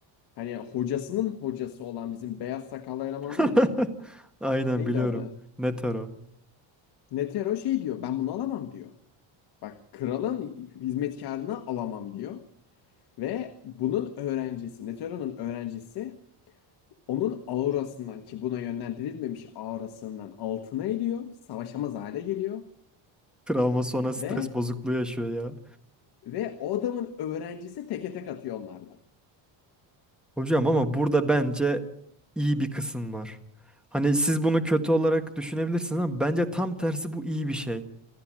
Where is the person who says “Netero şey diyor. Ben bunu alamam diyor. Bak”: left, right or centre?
Left